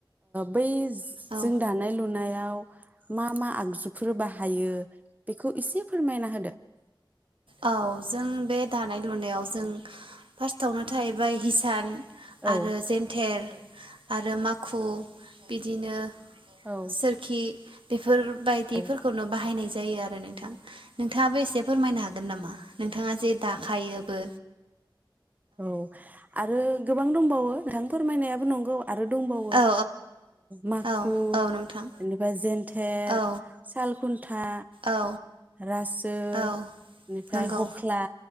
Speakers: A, on the right (about 20°); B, on the right (about 80°).
A: बै जों
B: औ
A: दानाय लुनायाव मा मा आगजुफोर बाहायो बेखौ इसे फोरमायना होदो
B: औ जों बे दानाय लुनायाव जों फार्स्टआवनो थाहैबाय हिसान आरो
A: औ
B: जेन्थेर आरो माखु बिदिनो
A: औ
B: सोरखि बेफोर बायदिफोरखौनो
A: औ
B: बाहायनाय जायो नोंथां नोंथाङाबो एसे फोरमायना होदो हागोन नामा नोंथाङा जे दा दाखायोबो
A: औ आरो गोबां दंबावो नोंथां फोरमायनायाबो नंगौ आरो दंबावो
B: औ
A: माखु
B: औ औ नोंथां
A: बेनिफ्राय जेन्थेर
B: औ
A: सालखुन्था
B: औ
A: रासो
B: औ
A: बेनिफ्राय
B: नंगौ
A: हख्ला